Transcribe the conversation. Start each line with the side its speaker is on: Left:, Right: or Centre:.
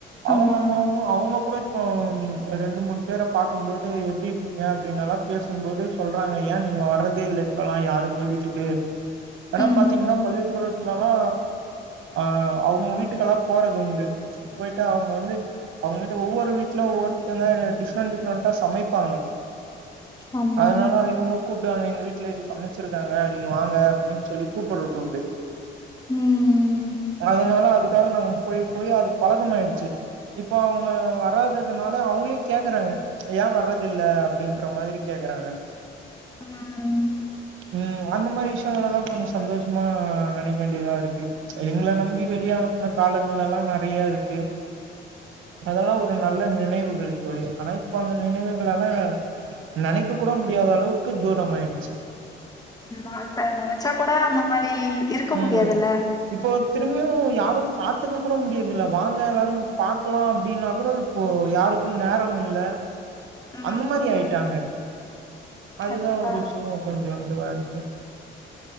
Right: அவங்க
Left: ஆமா.
Right: அம்மாவ அவங்க கூட இப்ப ரெண்டு மூணு பேர பாக்கும் போது எப்டி இருக்கீங்க அப்டின்னெல்லா பேசும்போது சொல்றாங்க ஏ நீங்க வர்றதே இல்ல இப்பெல்லா யாருமே வீட்டுக்கு ஆனா
Left: ம்.
Right: பாத்தீங்கன்னா பள்ளி பருவத்துலல்லா ஆ அவுங்க வீட்டுக்கெல்லா போறதுண்டு போய்ட்டு அவங்க வந்து அவுங்க வீட்டு ஒவ்வொரு வீட்ல ஒவ்வொருத்தங்க டிப்ரெண்ட் டிஃப்ரண்டா சமைப்பாங்க
Left: ஆமா.
Right: அதனால இவங்க கூப்டுவாங்க எங்க வீட்ல இது சமச்சிருக்காங்க நீங்க வாங்க அப்டின் சொல்லி கூப்பரதுண்டு
Left: ம் ம்
Right: அதனால அதுக்காக நாங்க போய் போய் அது பழக்கமாயிடுச்சு இப்போ அவங்க வராதது அதனால அவங்களே கேக்கறாங்க ஏ வர்றதில்ல அப்டின்ற மாதிரி கேக்கறாங்க
Left: ம் ம்
Right: ம் அந்த மாரி விஷ் யங்கலெல்லா கொஞ்சோ சந்தோஷமா நெனைக்க வேண்டியதா இருக்கு எங்கள நம்பி வெளிய அனுப்ன காலங்கள் எல்லா நெறைய இருக்கு அதெல்லா ஒரு நல்ல நினைவுகள் தோழி ஆனா இப்ப அந்த நினைவுகளலா நெனைக்க கூட முடியாத அளவுக்கு தூரம் ஆயிடுச்சு
Left: ஆமா இப்ப நெனைச்சா கூட அந்த மாரி இருக்க
Right: ம்
Left: முடியாதுல்ல.
Right: இப்போ திரும்பியு யாரும் பாத்துக்க கூட முடிய இதுல்ல வாங்க எல்லாரும் பாக்கலா அப்டின்னா கூட இப்போ யாருக்கும் நேரம் இல்ல
Left: ம்
Right: அந்த மாரி ஆயிட்டாங்க அதுதா
Left: கண்டிப்பா.
Right: ஒரு விஷயம் கொஞ்ச இதுவா இருக்கு